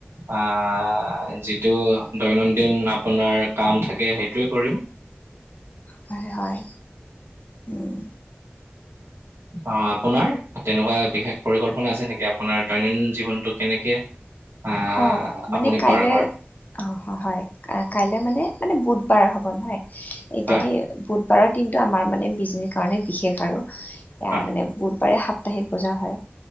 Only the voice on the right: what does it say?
আহ যিটো দৈনন্দিন আপোনাৰ কাম থাকে সেইটোয়ে কৰিম
অ আপোনাৰ তেনেকুৱা বিশেষ পৰিকল্পনা আছে নেকি আপোনাৰ দৈনন্দিন জীৱনতটো কেনেকে আহ,
আপুনি
পাৰ কৰে?
হয়,
হয়,